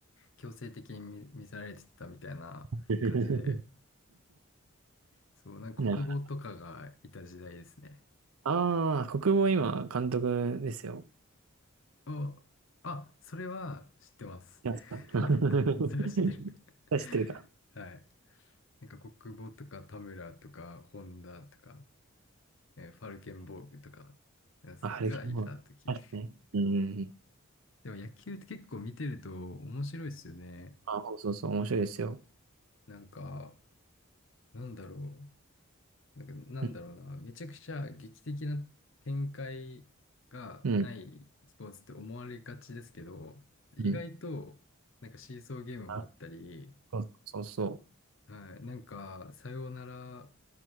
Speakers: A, on the left (about 60°); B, on the right (about 85°).
A: 強制的に見、見せられてたみたいな感じで、
B: <laughs>
A: そう、なんか国語とかがいた時代ですね。
B: なるほど。ああ、国防今、監督ですよ。
A: お、あ、それは知ってます。
B: やつか。<laughs>
A: <laughs> それは知ってる。
B: 知ってるか。
A: <laughs> はい。なんか国母とか田村とか本田とか、えーファルケンボーグとかえーそうがいた時。
B: あ、ハルキも。あれね。
A: <laughs>
B: うん。
A: でも野球って結構見てると面白いですよね。
B: あ、そうそうそう、面白いですよ。
A: なんか、なんだろう。なんか、なんだろうな。
B: うん。
A: めちゃくちゃ劇的な展開がないスポーツって思われがちですけど、
B: うん。
A: 意外となんかシーソーゲームもあったり、
B: うんあ、そうそうそ
A: はい、なんかサヨナラ